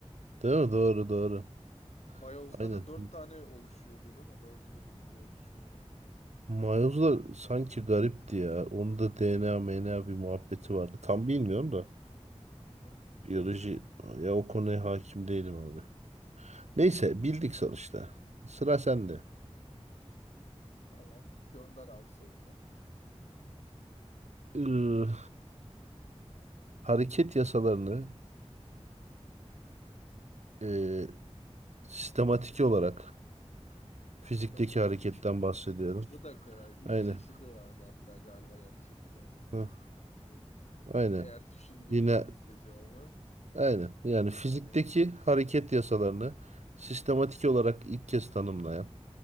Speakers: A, on the right; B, on the left.
A: Değil mi? Doğru doğru.
B: Mayoz'da
A: Aynen.
B: da dört tane oluşuyordu değil mi? Dört yeni hücre oluşuyordu.
A: Miles'la sanki garipti ya. Onun da DNA, MNA bir muhabbeti vardı. Tam bilmiyorum da.
B: Hı
A: Biyoloji ya o konuya hakim değilim abi.
B: hı.
A: Neyse bildik sonuçta. Sıra sende.
B: Tamam. Gönder abi sorumu.
A: Iı, hareket yasalarını eee,
B: Hı hı.
A: sistematik olarak
B: Ya
A: fizikteki
B: bu da kolay.
A: hareketten bahsediyorum.
B: Bu da kolay. Üç
A: Aynen.
B: çeşidi vardı hatta galiba yanlış hatırlamıyorsam.
A: Hı,
B: Hani
A: aynen.
B: eğer düşündüğüm
A: Yine
B: gibiyse cevabı.
A: aynen. Yani fizikteki
B: Hani
A: hareket
B: hı hı.
A: yasalarını sistematik olarak ilk kez tanımlayan